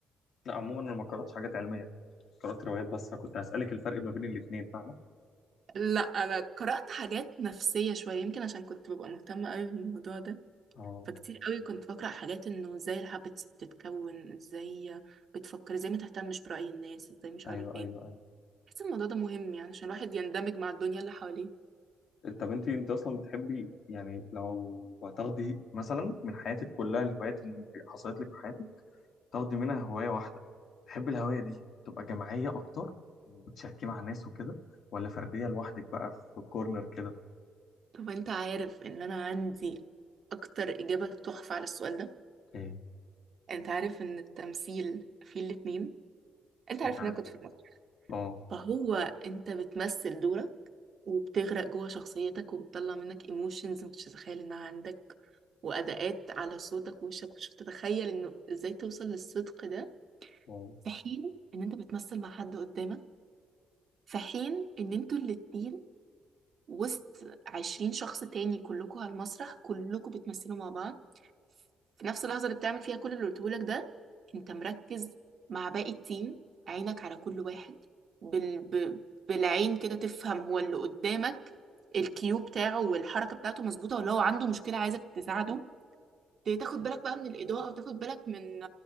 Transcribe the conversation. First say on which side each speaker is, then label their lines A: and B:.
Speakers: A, on the left; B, on the right.
A: لا عموما انا ما قراتش حاجات علميه قرات روايات بس فكنت هسالك الفرق ما بين الاثنين فاهمه
B: لا انا قرأت حاجات نفسية شوية يمكن عشان كنت ببقى مهتمة قوي بالموضوع ده
A: اه
B: فكتير قوي كنت بقرأ حاجات انه ازاي الهابتس بتتكون ازاي بتفكر ازاي ما تهتمش برأي الناس ازاي مش
A: ايوه
B: عارف ايه
A: ايوه ايوه
B: بحس الموضوع ده مهم يعني عشان الواحد يندمج مع الدنيا اللي حواليه
A: طب انت انت اصلا بتحبي يعني لو هتاخدي مثلا من حياتك كلها الهوايات اللي حصلت لك في حياتك تاخدي منها هوايه واحده تحبي الهوايه دي تبقى جماعيه اكتر وبتشاركي مع ناس وكده ولا فرديه لوحدك بقى في الكورنر كده
B: طب انت عارف ان انا عندي اكتر اجابة تحفة على السؤال ده
A: ايه
B: انت عارف ان التمثيل فيه الاتنين
A: مش
B: انت عارف
A: انت عارف
B: ان انا كنت في المسرح
A: اه
B: فهو انت بتمثل دورك وبتغرق جوه شخصيتك وبتطلع منك ايموشنز ما كنتش تتخيل انها عندك واداءات على صوتك ووشك مش تتخيل انه ازاي توصل للصدق ده
A: اه
B: في حين ان انت بتمثل مع حد قدامك في حين ان انتوا الاتنين وسط عشرين شخص تاني كلكوا على المسرح كلكوا بتمثلوا مع بعض في نفس اللحظة اللي بتعمل فيها كل اللي قلتهولك ده انت مركز مع باقي التيم عينك على كل واحد بال... ب... بالعين كده تفهم هو اللي قدامك الكيو بتاعه والحركة بتاعته مظبوطة ولا هو عنده مشكلة عايزك تساعده تاخد بالك بقى من الإضاءة وتاخد بالك من